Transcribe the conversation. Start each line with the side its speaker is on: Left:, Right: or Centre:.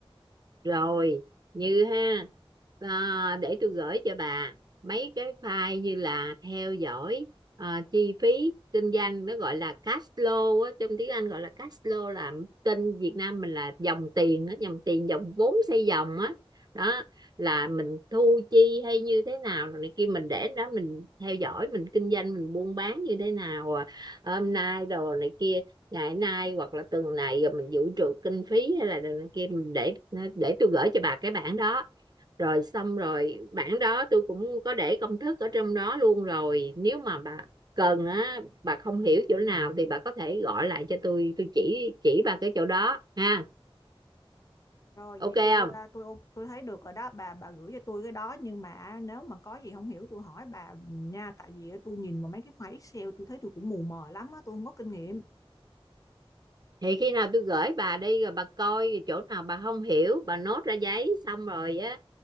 Right: rồi như ha à, để tôi gửi cho bà mấy cái file như là theo dõi à, chi phí kinh doanh nó gọi là cash flow á, trong tiếng Anh gọi là cash flow là tên Việt Nam mình là dòng tiền đó, dòng tiền dòng vốn xây dòng á đó là mình thu chi hay như thế nào rồi này kia mình để đó mình theo dõi mình kinh doanh mình buôn bán như thế nào à, hôm nay đồ này kia ngày nay hoặc là tuần này rồi mình dự trù kinh phí hay là này kia mình để để tôi gửi cho bà cái bản đó rồi xong rồi bản đó tôi cũng có để công thức ở trong đó luôn rồi nếu mà bà cần á bà không hiểu chỗ nào thì bà có thể gọi lại cho tôi tôi chỉ chỉ bà cái chỗ đó ha
Left: Rồi
Right: ok
Left: vậy tôi
Right: không
Left: à, tôi ô- tôi thấy được rồi đó bà bà gửi cho tôi cái đó nhưng mà nếu mà có gì không hiểu tôi hỏi bà ừ, nha tại vì tôi nhìn vào mấy cái file Excel tôi thấy tôi cũng mù mờ lắm á tôi không có kinh nghiệm.
Right: thì khi nào tôi gửi bà đi rồi bà coi chỗ nào bà không hiểu bà nốt ra giấy xong rồi á